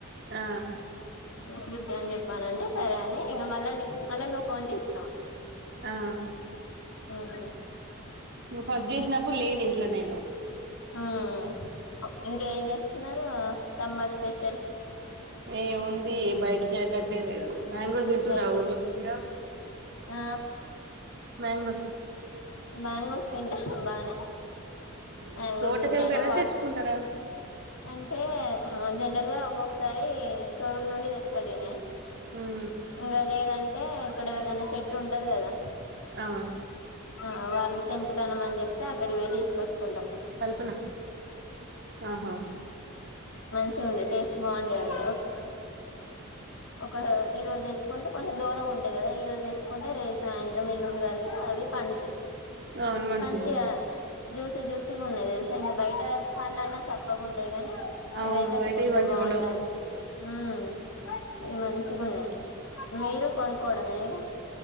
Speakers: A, on the right; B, on the left.
A: ఆ
B: శృతి అని చెప్పనంటే సరే అని ఇంక మళ్ళా నీక్ మళ్ళ నువ్వు ఫోన్ చేశినవ్
A: ఆ
B: ఆహ
A: నువ్వు ఫస్ట్ చేసినప్పుడు లేను ఇంట్లో నేను
B: ఆ ఇంకేం చేస్తున్నారు ఆ సమ్మర్ స్పెషల్
A: ఏముంది బయటికి ఎల్టట్టే లేదు మ్యాంగోజ్ తింటూరా
B: బయటికి
A: ఊర్ల మంచిగా
B: ఆ
A: మ్యాంగోస్
B: మ్యాంగోస్ తింటానం బానే మ్యాంగోస్
A: మీకు తోటకెళ్తారా
B: తింటనం వా
A: తెచ్చుకుంటారా
B: అంటే ఆ జనరల్ గా ఒక్కొ సారి తోర్రుర్ నుండి తెస్తాడు ఇనే
A: మ్మ్
B: ఇంగ లేదంటే ఇక్కడ ఎవరిదన్న చెట్టు ఉంటది కదా
A: ఆ
B: ఆ వాళ్ళు తెంపుతనం అని చెప్తే అక్కడికిపోయి తీసుకొచ్చుకుంటాం
A: కల్పనా ఆహా
B: మంచిగుండే టేస్ట్ బాగుండేయి అవి ఒక ఈ రోజు తెచ్చుకుంటే కొంచం దోరగా ఉంటాయి కదా ఈ రోజు తెచ్చుకుంటే రేపు సాయంత్రం ఎల్లుండి వార కు అవి పండుతాయి
A: అవును మంచిగుంటాయి
B: మంచిగా జూసి జూసిగున్నాయి తెలుసా ఇకా బయట పండ్లన్నా సప్పగా ఉంటాయి గానీ
A: అవును
B: ఇవైతే
A: బయటవి
B: అసలు ఎంత
A: మంచిగుండవు
B: బాగుంటా ఉమ్ ఇవి మంచిగున్నాయి మీరు కొనుక్కోవడమేనా ఇగ